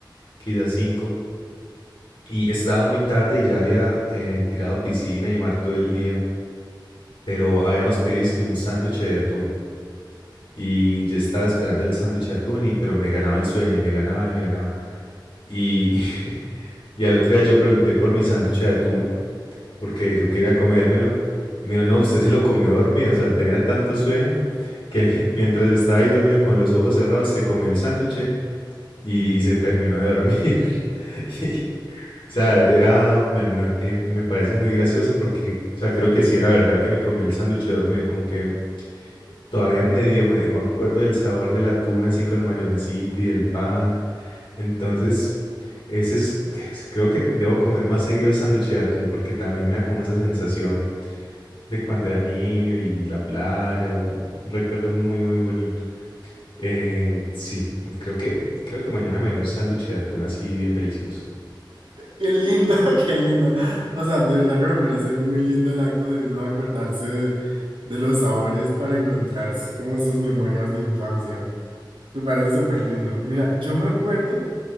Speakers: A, on the left (about 85°); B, on the right (about 80°).
A: quizás cinco, y estaba muy tarde y ya había eh, tirado piscina y mar todo el día, pero habíamos pedido es que un sándwich de atún. Y yo estaba esperando el sándwich de atún, y, pero me ganaba el sueño y me ganaba y me ganaba. Y, <laughs> y al otro día yo pregunté por mi sándwich de atún, porque yo quería comérmelo. Y me dijo, no, usted se lo comió dormido, o sea, tenía tanto sueño que mi- mientras estaba ahí dormido con los ojos cerrados, se comió el sándwich y, y se terminó de dormir. <laughs> Y, o sea, era, bueno, no, y, y me parece muy gracioso porque, o sea, creo que sí era verdad que me comí el sándwich dormido, como que Todavía medio, medio me acuerdo del sabor del atún así con mayonesita y el pan. Entonces, ese es, <laughs> creo que debo comer más seguido sándwich de atún porque también me da como esa sensación de cuando era niño y la playa, un recuerdo muy, muy bonito. Eh, sí, creo que, creo que mañana me haré un sándwich de atún así bien delicioso.
B: Qué lindo, <laughs> qué lindo. O sea, de verdad que me parece muy lindo el acto de uno acordarse de, de los sabores para encontrar s- como sus memorias de infancia. Me parece súper lindo. Mira, yo me acuerdo